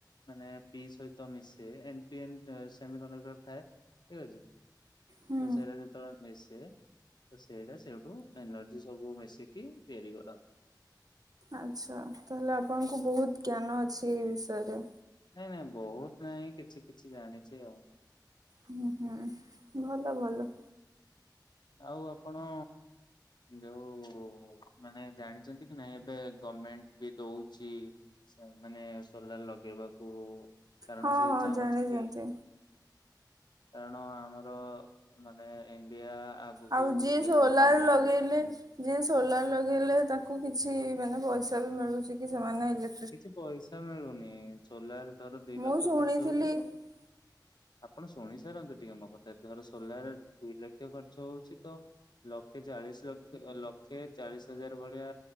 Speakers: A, on the left; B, on the right.
A: ମାନେ ପି ସହିତ ମିସେ ଏମ୍ ପି ଏମ୍ ସେମିକଣ୍ଡକ୍ଟର ଥାଏ। ଠିକ୍ ଅଛି
B: ହୁଁ।
A: ତ ସେଇଟା ଯେତେବେଳେ ମିସେ ତ ସେଇଟା ସେଇଠୁ ଏନର୍ଜି ସବୁ ମିଶିକି ତିଆରି କର।
B: ଆଚ୍ଛା ତାହେଲେ ଆପଣଙ୍କୁ ବୋହୁତ ଜ୍ଞାନ ଅଛି ଏ ବିଷୟରେ।
A: ନାଇଁ ନାଇଁ ବୋହୁତ ନାଇଁ କିଛି କିଛି ଜାଣିଛି ଆଉ।
B: ହୁଁ ହୁଁ ଭଲ ଭଲ।
A: ଆଉ ଆପଣ ଯୋଉ ମାନେ ଜାଣିଚନ୍ତି କି ନାଇଁ ଏବେ ଗମେଣ୍ଟ ବି ଦୋଉଚି ସେ ମାନେ ସୋଲାର ଲଗେଇବାକୁ କାରଣ
B: ହଁ
A: ସେ
B: ହଁ
A: ଚାହୁଁଚି
B: ଜାଣିଛନ୍ତି।
A: କି କାରଣ ଆମର ମାନେ ଇଣ୍ଡିଆ ଆଗକୁ
B: ଆଉ ଯିଏ
A: ଟିକେ ସୋଲାର ଉପରକୁ
B: ଲଗେଇଲେ
A: ଆସୁ।
B: ଯିଏ ସୋଲାର ଲଗେଇଲେ ତାକୁ କିଛି ମାନେ ପଇସା ବି ମିଳୁଚି କି ସେମାନେ ଇଲେ
A: କିଛି ପଇସା ମିଳୁନି ସୋଲାର ଧର ଦିଇ
B: ମୁଁ
A: ଲକ୍ଷ
B: ଶୁଣିଥିଲି
A: ଖର୍ଚ୍ଚ ହୋଉଚି କ ଆପଣ ଶୁଣିସାରନ୍ତୁ ଟିକେ ମୋ କଥା ଧର ସୋଲାର ଦିଇ ଲକ୍ଷ ଖର୍ଚ୍ଚ ହୋଉଚି ତ ଲକ୍ଷେ ଚାଳିଶ ଲକ୍ଷ ଲକ୍ଷେ ଚାଳିଶ ହଜାର ଭଳିଆ